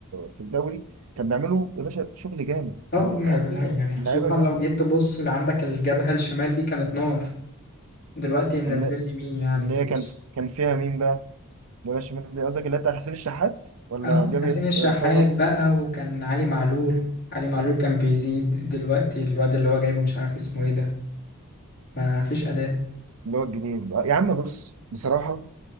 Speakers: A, on the right; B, on the left.
A: في الدوري كان بيعملوا يا باشا شغل جامد كان
B: أو
A: بتخلي
B: ما- لا، يعني خصوصا
A: اللعيبه جامده
B: لو جيت تبص اللي عندك الجبهة الشمال دي كانت نار دلوقتي منزل
A: اللي
B: يمين يعني
A: اللي
B: معلش
A: هي كان كان فيها مين بقى؟ بلاش شمال قصدك اللي هي بتاع حسين الشحات ولا
B: أه
A: جبهة
B: حسين الشحات
A: آه، طاهر
B: بقى وكان علي معلول علي معلول كان بيزيد دلوقتي الواد اللي هو جايبه مش عارف اسمه ايه ده ما فيش أداء
A: اللي هو الجديد؟ آه، يا عم بص بصراحة